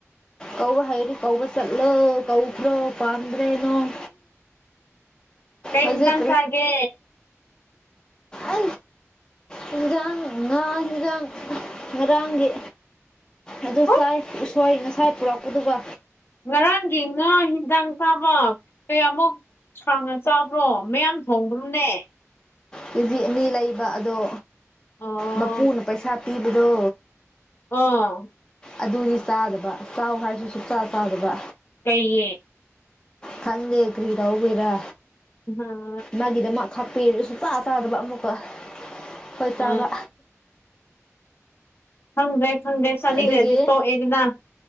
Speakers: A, on the left; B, on the left.
A: ꯀꯥꯎ ꯀ ꯍꯥꯏꯩꯔꯤ ꯀꯧꯕ ꯆꯠꯂꯨ ꯀꯧꯈ꯭ꯔꯣ ꯄꯥꯟꯗ꯭ꯔꯦ ꯅꯣꯡ
B: ꯀꯩ
A: ꯍꯧꯖꯤꯛ
B: ꯏꯟꯖꯥꯥꯡ ꯆꯒꯦ
A: ꯑ ꯍꯤꯟꯖꯥꯡ ꯉꯥ ꯍꯤꯟꯖꯥꯡ ꯉꯔꯥꯡꯒꯤ ꯑꯗꯨ
B: ꯍꯣꯏ
A: ꯆꯥꯏ ꯎꯁꯣꯏ ꯉꯁꯥꯏ ꯄꯨꯔꯛꯄ ꯑꯗꯨꯒ
B: ꯉꯔꯥꯡꯒꯤ ꯉꯥ ꯍꯤꯟꯗꯥꯡ ꯆꯥꯕ ꯀꯌꯥꯃꯨꯛ ꯁꯥꯡꯅ ꯆꯥꯕ꯭ꯔꯣ ꯃꯌꯥꯝ ꯊꯣꯡꯕ꯭ꯔꯨꯅꯦ
A: ꯀꯦ ꯖꯤ ꯑꯅꯤ ꯂꯩꯕ ꯑꯗꯣ
B: ꯑꯣ
A: ꯃꯄꯨꯅ ꯄꯩꯁꯥ ꯄꯤꯕꯗꯣ
B: ꯑꯥ
A: ꯑꯗꯨꯗꯤ ꯆꯥꯗꯕ ꯆꯥꯎ ꯍꯥꯏꯔꯁꯨ ꯁꯨꯡꯛꯆꯥ ꯆꯥꯗꯕ
B: ꯀꯩꯌꯦ
A: ꯈꯪꯒꯦ ꯀꯔꯤꯔꯎꯕꯦꯔ
B: ꯍꯝ
A: ꯃꯥꯒꯤꯗꯃꯛ ꯊꯥꯛꯄꯤꯔꯁꯨ ꯆꯥ ꯆꯥꯗꯕ ꯑꯃꯨꯛꯀ ꯍꯣꯏ
B: ꯑ
A: ꯆꯥꯕ
B: ꯈꯪꯗ꯭ꯔꯦ ꯈꯪꯗ꯭ꯔꯦ ꯆꯅꯤꯈ꯭ꯔꯗꯤ
A: ꯑꯗꯨꯒꯤ
B: ꯇꯣꯛꯑꯦꯗꯅ